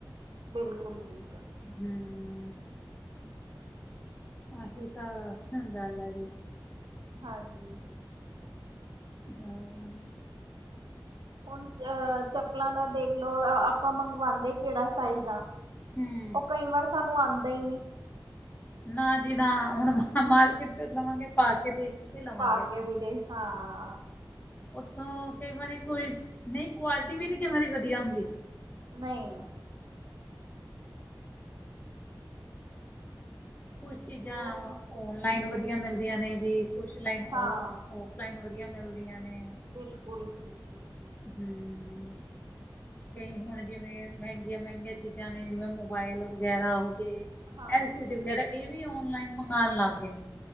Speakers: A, on the right; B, on the left.
A: ਬਿਲਕੁਲ-ਬਿਲਕੁਲ।
B: ਹੂੰ। ਆਹੀ ਤਾਂ ਗੱਲ ਆ ਜੀ।
A: ਹਾਂਜੀ
B: ਹੂੰ ਹੂੰ
A: ਹੁਣ ਅ ਚੱਪਲਾਂ ਦਾ ਦੇਖ ਲਓ ਆਪਾਂ ਮੰਗਵਾਉਦੇ ਕਿਹੜਾ ਸਾਈਜ਼ ਆ।
B: ਹਮ
A: ਉਹ ਕਈ ਵਾਰ ਸਾਨੂੰ ਆਉਂਦਾ ਹੀ ਨਹੀਂ।
B: ਨਾਂ ਜੀ ਨਾਂ ਹੁਣ ਮਾਰਕੀਟ ਚ ਲਵਾਂਗੇ ਪਾ ਕੇ ਦੇਖ ਕੇ ਲਵਾਂਗੇ
A: ਪਾ
B: ਆਪਾਂ
A: ਕੇ ਵੀ ਦੇਖ ਹਾਂ।
B: ਉੱਥੋਂ ਕਈ ਵਾਰੀ ਕੋਈ ਨਹੀਂ ਕੁਆਲਿਟੀ ਵੀ ਨੀ ਕਈ ਵਾਰੀ ਵਧੀਆ ਹੁੰਦੀ।
A: ਨਹੀਂ
B: ਕੁਛ ਚੀਜ਼ਾਂ
A: ਬਹੁਤ ਇਸ਼ੂ
B: ਓਨ
A: ਹੈ
B: ਲਾਈਨ ਵਧੀਆ ਮਿਲਦੀਆਂ ਨੇ ਜੀ ਕੁਛ ਲਾਈਨ ਉਹ
A: ਹਾਂ
B: ਓ ਆਫਲਾਈਨ ਵਧੀਆ ਮਿਲਦੀਆਂ ਨੇਂ।
A: ਬਿਲਕੁਲ- ਬਿਲਕੁਲ ਜੀ
B: ਹੂੰ
A: ਇਹ
B: ਕਈ
A: ਤੇ ਹੈ।
B: ਹੁਣ ਜਿਵੇਂ ਮਹਿੰਗੀਆਂ- ਮਹਿੰਗੀਆਂ ਚੀਜ਼ਾਂ ਨੇ ਜਿਵੇਂ ਮੋਬਾਇਲ ਵਗੈਰਾ ਹੋ ਗਏ
A: ਹਾਂ
B: ਐਲ ਸੀ ਡੀ ਵਗੈਰਾ। ਇਹ ਵੀ ਔਨਲਾਈਨ ਮੰਗਾਉਣ ਲੱਗ ਗਏ।